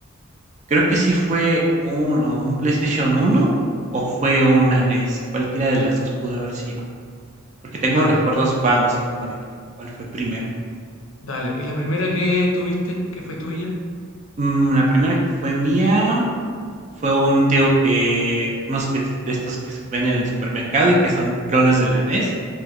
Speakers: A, on the right; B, on the left.
A: creo que sí fue un, o un PlayStation uno o fue una NES. Cualquiera de las dos pudo haber sido. Porque tengo
B: Dale,
A: recuerdos vagos, así como de que cuál fue primero.
B: dale. ¿Y la primera que tuviste, que fue tuya?
A: Mm, la primera que fue mía fue un tío que, unos que, de estos que se venden en el supermercado y que son clones de la NES.